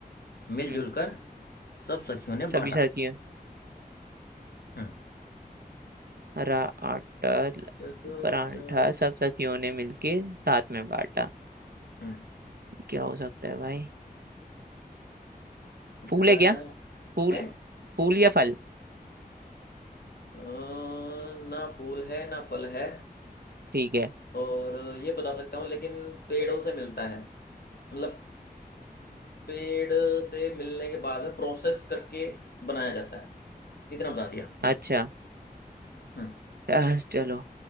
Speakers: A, on the left (about 80°); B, on the right (about 80°).
A: मिलजुल
B: हम्म
A: कर सब सखियों ने
B: सभी
A: बांटा
B: सखियों
A: हम्म,
B: हरा आटा
A: सोचो सोचो
B: परांठा
A: सोचो।
B: सब सखियों ने मिलके साथ में बांटा
A: हम्म
B: क्या हो सकता है भाई फूल
A: हरा
B: है क्या फूल
A: है
B: फूल या फल
A: अ, ना फूल है ना फल है
B: ठीक है
A: और ये बता सकता हूँ लेकिन पेड़ों से मिलता है मतलब पेड़ से मिलने के बाद में प्रोसेस करके बनाया जाता है इतना बता दिया
B: अच्छा
A: हम्म
B: आह, चलो